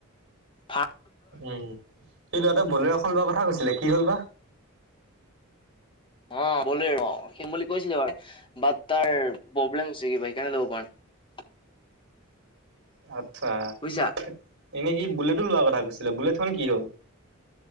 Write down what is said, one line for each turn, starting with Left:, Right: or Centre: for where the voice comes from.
Left: ফ
Right: উম সেই ল'ৰাটোৱে বোলেৰো' এখন লোৱা কথা কৈছিল।
Left: অ' বোলেৰো। কিনিম বুলি কৈছিলে বাৰু। বাট তাৰ প্ৰব্লেম হৈছে কিবা সেইকাৰণে ল'ব পৰা নাই।
Right: ভাত। চাহথ।
Left: বুজিছা।
Right: এনে কি বুলেটটো লোৱাৰ কথা কৈছিলে, বুলেটখন কি হ'ল?